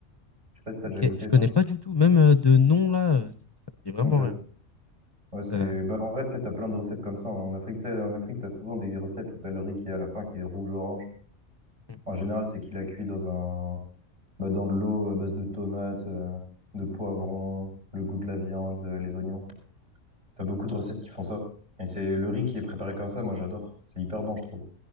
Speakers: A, on the right; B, on the left.
A: Je sais pas si t'as
B: ok.
A: déjà goûté
B: Je connais
A: ça.
B: pas du tout. Même euh, de nom, là, euh, ça, ça me dit vraiment
A: Ok.
B: rien.
A: Ouais, c'est...
B: Euh,
A: Bah, en vrai, tu sais, t'as plein de recettes comme ça. En Afrique, tu sais, en Afrique, t'as souvent des recettes où t'as le riz qui est à la fin, qui est rouge-orange.
B: hmm,
A: En général, c'est qu'il a cuit dans un... bah, dans de l'eau à base de tomates, euh, de
B: ouais,
A: poivrons, le goût de la viande, euh, les oignons. T'as beaucoup de recettes qui font ça. Et c'est le riz qui est préparé comme ça, moi j'adore. C'est hyper bon, je trouve.